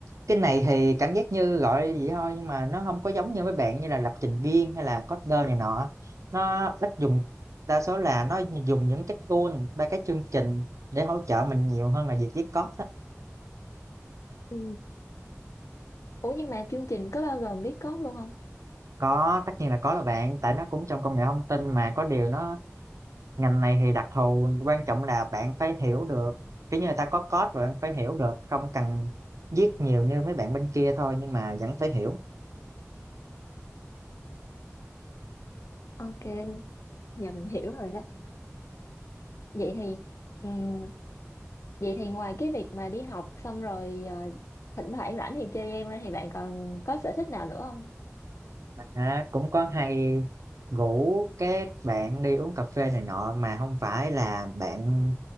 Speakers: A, on the right (about 80°); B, on the left (about 70°).
A: cái này thì cảm giác như gọi vậy thôi nhưng mà nó không có giống như với bạn như là lập trình viên hay là coder này nọ nó ít dùng đa số là nó dùng những cái tool ba cái chương trình để hỗ trợ mình nhiều hơn là việc viết code á.
B: Ừ. Ủa nhưng mà chương trình có bao gồm viết code luôn không?
A: có tất nhiên là có rồi bạn tại nó cũng trong công nghệ thông tin mà có điều nó ngành này thì đặc thù quan trọng là bạn phải hiểu được kiểu như người ta có code rồi bạn phải hiểu được không cần viết nhiều như mấy bạn bên kia thôi nhưng mà vẫn phải hiểu
B: Ok. Dạ mình hiểu rồi đó. Vậy thì ừm, vậy thì ngoài cái việc mà đi học xong rồi ờ, thỉnh thoảng rảnh thì chơi game ra thì bạn còn có sở thích nào nữa không?
A: À, cũng có hay rủ các bạn đi uống cà phê này nọ mà không phải là bạn